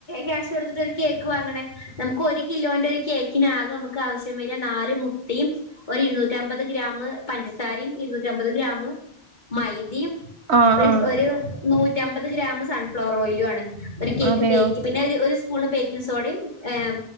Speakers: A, on the left; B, on the right.
A: ക്യാഷ് കൊടുത്തിട്ട ഒരു കേക്ക് വാങ്ങണേ നമുക്ക് ഒരു കിലോന്റെ ഒരു കേക്കിന് ആക നമുക്ക് ആവശ്യം വരു നാല് മുട്ടയും ഒരു ഇരുന്നൂറ്റി അമ്പത് ഗ്രാംമ് പഞ്ചസാരയും ഇരുന്നൂറ്റി അമ്പത് ഗ്രാംമ് മൈതയും
B: ആ
A: ഒരു
B: ആ
A: ഒരു നൂറ്റമ്പത് ഗ്രാംമ് സൺഫ്ലവർ ഓയിലും ആണ് ഒരു കേക്ക്
B: അതെയോ
A: ബേക്ക് പിന്നെ ഒരു സ്പൂൺ ബേക്കിംഗ് സോഡയും ഏഹ്